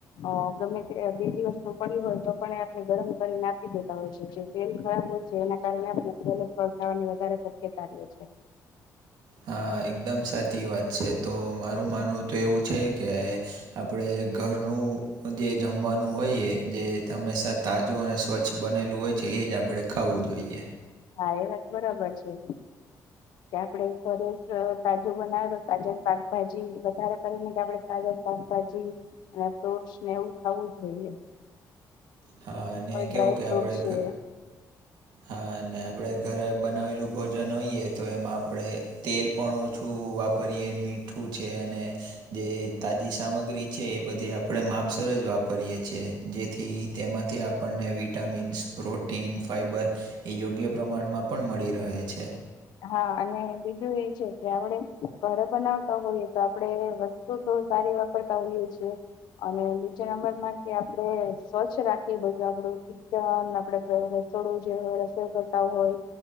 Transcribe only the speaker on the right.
હા એકદમ સાચી વાત છે તો મારું માનવું તો એવું છે કે આપણે ઘરનું જે જમવાનું હોઈએ જે હંમેશા તાજું અને સ્વચ્છ વચ્છ બનેલું હોય છે એ જ આપણે ખાવું જોઈએ
હા અને
કેવું કે
આપણે
હા અને આપડે ઘરે બનાવેલું ભોજન હોઈએ તો એમાં આપણેે તેલ પણ ઓછું વાપરીએ મીઠું છે અને જે તાજી સામગ્રી છે એ બધી આપણે માપસર જ વાપરીએ છેીએ જેથી તેમાંથી આપણને વિટામિન્સ પ્રોટીન ફાઈબર એ યોગ્ય પ્રમાણમાં પણ મળી રહે છે